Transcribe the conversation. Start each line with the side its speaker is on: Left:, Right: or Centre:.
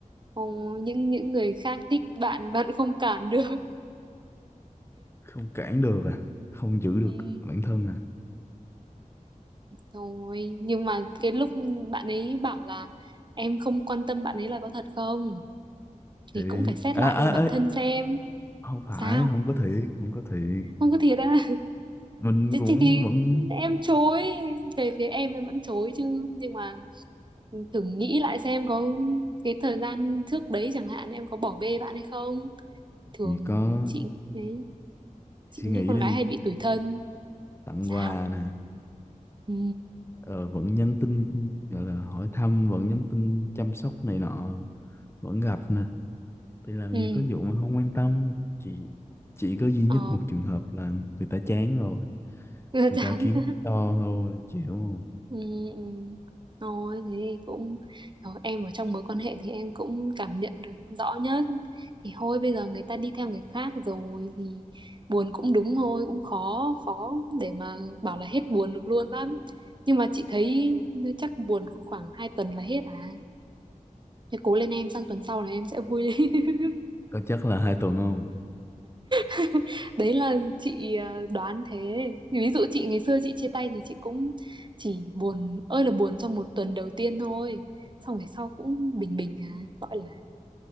Right: Ồ, những những người khác thích bạn bạn không cản được
Left: không cản được à không giữ được
Right: <laughs> ừ,
Left: bản thân à
Right: thôi nhưng mà cái lúc bạn ấy bảo là em không quan tâm bạn ấy là có thật không
Left: thiệt
Right: thì cũng phải xét
Left: à,
Right: lại
Left: à,
Right: bản
Left: à,
Right: thân xem
Left: không phải
Right: sao
Left: không có thiệt không có thiệt
Right: không có thiệt á
Left: mình
Right: thì,
Left: cũng
Right: thì,
Left: vẫn
Right: em chối về phía em em vẫn chối chứ nhưng mà thử nghĩ lại xem có cái thời gian trước đấy chẳng hạn em có bỏ bê bạn hay không thường
Left: chỉ có
Right: chị đấy chị
Left: suy
Right: nghĩ
Left: nghĩ
Right: con
Left: đi
Right: gái hay bị tủi thân
Left: tặng
Right: sao
Left: quà nè
Right: ừ
Left: ờ, vẫn nhắn tin gọi là hỏi thăm vẫn nhắn tin chăm sóc này nọ vẫn gặp nè thì làm
Right: ừ
Left: gì có vụ mà không quan tâm chỉ chỉ có duy nhất
Right: ờ
Left: một trường hợp là người ta chán rồi
Right: <laughs>
Left: người
Right: chán
Left: ta kiếm lý do thôi chịu không
Right: Ừ, ừ. Thôi thế thì cũng Ờ, em ở trong mối quan hệ thì em cũng cảm nhận được rõ nhất thì thôi bây giờ người ta đi theo người khác rồi thì buồn cũng đúng thôi cũng khó khó để mà bảo là hết buồn được luôn lắm nhưng mà chị thấy chắc buồn khoảng 2 tuần là hết à thế cố lên em sang tuần sau là em sẽ vui lên <laughs>
Left: có chắc là hai tuần không
Right: <laughs> đấy là chị ờ, đoán thế ví dụ chị ngày xưa chị chia tay thì chị cũng chỉ buồn ơi là buồn trong một tuần đầu tiên thôi xong về sau cũng bình bình à gọi là